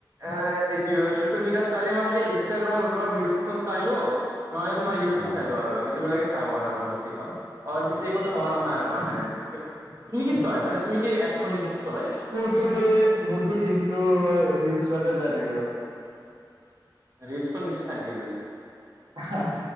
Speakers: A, on the right; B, on the right.
A: এ- য়ো- ছচিয়েল মিডিয়াত চাইলে মই খালি ইনষ্টাগ্ৰাম আৰু ধৰা ৰিলছখন চাইলো নহলে তোমাৰ ইউটিউব
B: অ'।
A: চাইলও আৰু ইটো বিলাকে চাও আৰু মই বিশেষ আৰু বিশেষ তো চোৱা নহয় আৰু মানে। তুমি কি চোৱা? মানে তুমি কি এপখন চলায়?
B: তোদে মোৰতো দিনটো ৰিল চোৱাতে যাই থাকে ৰবা।
A: ৰিলছখন বেছি চাইনেকে তুমি?
B: আহ